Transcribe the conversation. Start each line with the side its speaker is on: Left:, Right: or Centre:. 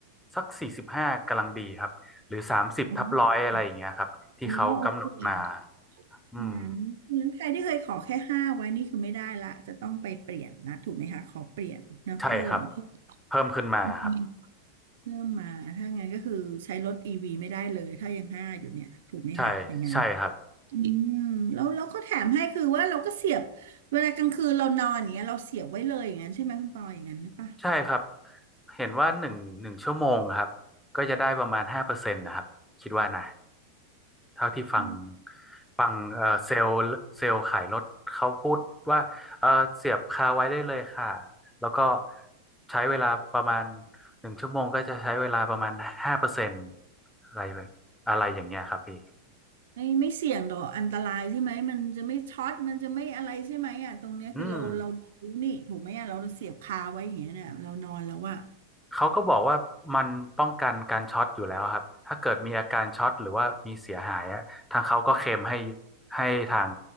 Centre: สักสี่สิบห้ากำลังดีครับหรือสามสิบทับร้อยอะไรอย่างเงี้ยครับที่เขากำหนดมา
Right: อ๋อโอเค
Centre: อืม
Right: นั้นนั้นใครที่เคยขอแค่ห้าไว้นี่คือไม่ได้ละจะต้องไปเปลี่ยนนะถูกไหมคะขอเปลี่ยนนะเพิ่มเพิ่ม
Centre: ใช่ครับเพิ่มขึ้นมาครับ
Right: อืมเพิ่มมา ถ้างั้นก็คือใช้รถอีวีไม่ได้เลยถ้ายังห้าอยู่เนี่ยถูกไหมคะอย่างนั้น
Centre: ใช่ใช่ครับ
Right: อืมแล้วแล้วก็แถมให้คือว่าเราก็เสียบเวลากลางคืนเรานอนอย่างเงี้ยเราเสียบไว้เลยอย่างนั้นใช่ไหมคุณปออย่างนั้นหรือปะ
Centre: ใช่ครับ เห็นว่าหนึ่งหนึ่งชั่วโมงครับก็จะได้ประมาณห้าเปอร์เซ็นต์นะครับ คิดว่านะเท่าที่ฟัง
Right: อ๋อ
Centre: ฟังเอ่อเซลล์เซลล์ขายรถเขาพูดว่าเออเสียบคาไว้ได้เลยค่ะ แล้วก็ใช้เวลาประมาณหนึ่งชั่วโมงก็จะใช้เวลาประมาณห้าเปอร์เซ็นต์อะไรแบบอะไรอย่างเงี้ยครับพี่
Right: ไม่ไม่เสี่ยงหรอกอันตรายใช่ไหมมันจะไม่ช็อตมันจะไม่อะไรใช่ไหมอ่ะตรงเนี้ยคือเราเราดูนี่ถูกไหมอ่ะเราเสียบคาไว้อย่างเงี้ยเนี่ยเรานอนแล้วอ่ะ
Centre: อืม เขาก็บอกว่ามันป้องกันการช็อตอยู่แล้วครับถ้าเกิดมีอาการช็อตหรือว่ามีเสียหายอะทางเขาก็เคลมให้ให้ทาง